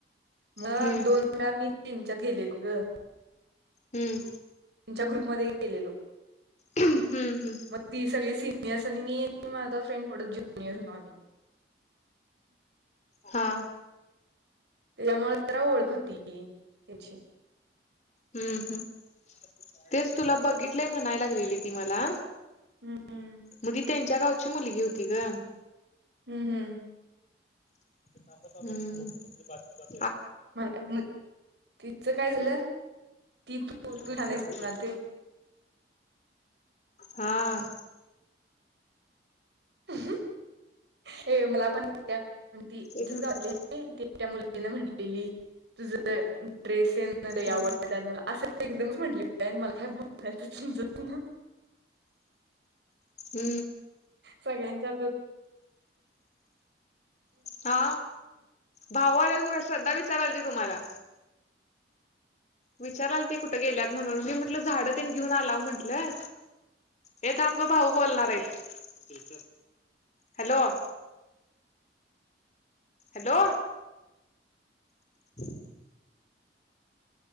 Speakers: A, on the right; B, on the left.
A: मग
B: हम्म
A: दोन वेळा मी तीनच्यात गेलेलो ग.
B: हम्म.
A: च्या ग्रुप मध्ये केलेलो
B: हम्म हम्म
A: मग ती सगळी सीनि आणि मी आणि माझा फ्रेंड पडत ज्युनियर होतो आम्ही.
B: हा.
A: त्याच्यामुळे जरा ओळख होती त्याची.
B: हम्म हम् तेच तुला बघितलंय म्हणाय लागलेली ती मला.
A: हं, हं.
B: मग ती त्यांच्या गावची मुलगी होती ग.
A: हम्म हम्म.
B: हम.
A: म मग तिचं काय झालं? ती तू तू
B: भारी
A: छान
B: झालं.
A: आहेस म्हणालती.
B: हा.
A: हं. हे मला पण ती आमच्याच
B: एक मिनिट
A: गावातली
B: थांब.
A: त्या मु तिनं म्हणलेली तुझं ड्रेसन
B: हा
A: आवडत मला असं एकदमच म्हटले मला काय बोलयचं समज ना.
B: हम.
A: सगळ्यांच्यात.
B: हा भाऊ आला बघा श्रद्धा विचारल ते तुम्हाला विचाराल ती कुठं गेल्यात म्हणून मी म्हटलं झाडं त्यांन घेऊन आलाव म्हंटलं. ये थांबग भाऊ बोलणार आहे. Hello- hello. <inaudible>